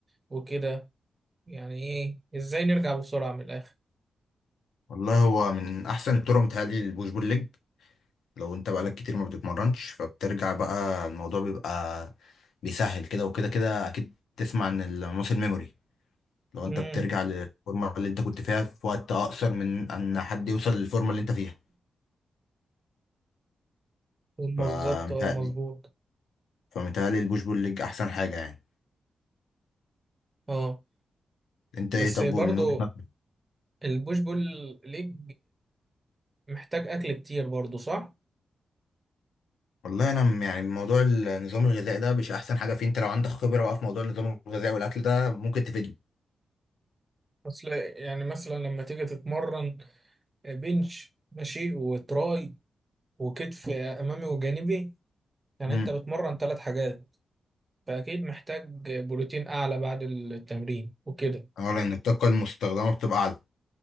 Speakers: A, on the right (about 25°); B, on the left (about 80°).
A: وكده يعني إيه إزاي نرجع بسرعة من الآخر
B: والله هو من احسن الطرق متهيألي البوش بول ليج لو انت بقالك كتير ما بتتمرنش فبترجع بقى الموضوع بيبقى بيسهل كده وكده كده اكيد تسمع عن الماسل ميموري لو
A: امم
B: انت بترجع للفورمه اللي انت كنت فيها في وقت اقصر من ان حد يوصل للفورمه اللي انت فيها
A: بالظبط
B: فمتهيألي
A: اه مظبوط
B: فمتهيألي البوش بول ليج احسن حاجه يعني
A: اه
B: انت
A: بس
B: ايه طب
A: برضو
B: من وجهه نظرك
A: البوش بول ليج محتاج اكل كتير برضو صح
B: والله انا م- يعني موضوع النظام الغذائي ده مش احسن حاجه فيه انت لو عندك خبره بقى في موضوع النظام الغذائي والاكل ده ممكن تفيدني
A: اصل يعني مثلا لما تيجي تتمرن بنش ماشي وتراي وكتف امامي وجانبي يعني
B: امم
A: انت بتمرن ثلاث حاجات فاكيد محتاج بروتين اعلى بعد التمرين وكده
B: اولا ان الطاقه المستخدمه بتبقى اعلى